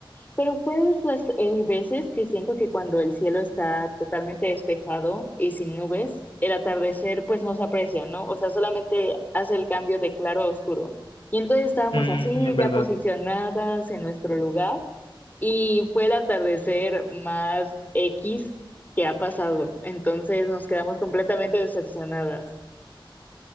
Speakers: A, on the left (about 20°); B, on the left (about 70°).
A: Pero fue de esas eh, veces que siento que cuando el cielo está totalmente despejado y sin nubes, el atardecer pues no se aprecia, ¿no? O sea, solamente hace el cambio de claro a oscuro. Y entonces estábamos
B: Mm,
A: así,
B: en verdad,
A: ya posicionadas en nuestro lugar, y fue el atardecer más X que ha pasado. Entonces nos quedamos completamente decepcionadas.